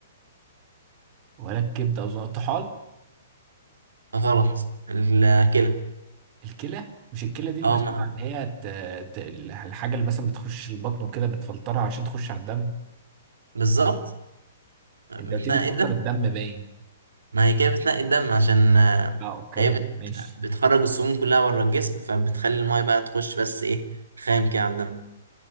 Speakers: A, on the right; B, on the right.
A: ولا الكبدة أظن الطحال
B: غلط الكلى
A: الكلى مش الكلى دي المسؤولة
B: اه ما
A: عن ان هي ت... ت... الحاجة اللي مثلا بتخش البطن وكده بتفلترها عشان تخش على الدم
B: بالظبط متنقي
A: انت قلت لي بتفلتر الدم باين
B: ما هي كده بتنقي الدم عشان آه،
A: اه اوكي
B: هي بت...
A: ماشي
B: بتخرج السموم كلها بره الجسم فبتخلي المايه بقى تخش بس ايه خام كده على الدم